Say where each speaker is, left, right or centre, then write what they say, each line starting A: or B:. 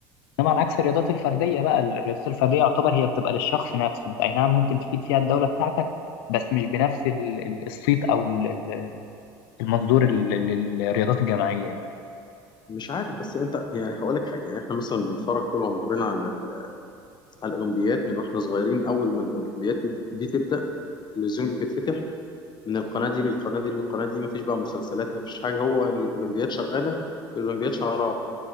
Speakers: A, on the left (about 75°); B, on the left (about 35°).
A: انما على عكس الرياضات الفرديه بقى الرياضات الفرديه يعتبر هي بتبقى للشخص نفسه انت اي نعم ممكن تفيد فيها الدوله بتاعتك بس مش بنفس ال- ال- الصيت او ال- ال- المنظور ال- ال- للرياضات الجماعيه يعني
B: مش عارف بس أنت يعني هقول لك حاجة يعني إحنا مثلا بنتفرج طول عمرنا على ال... على الأولمبيات من وإحنا صغيرين أول ما الأولمبيات دي, دي تبدأ التلفزيون بيتفتح من القناة دي للقناة دي للقناة دي مفيش بقى مسلسلات مفيش حاجة هو الأولمبيات شغالة الأولمبياد شهر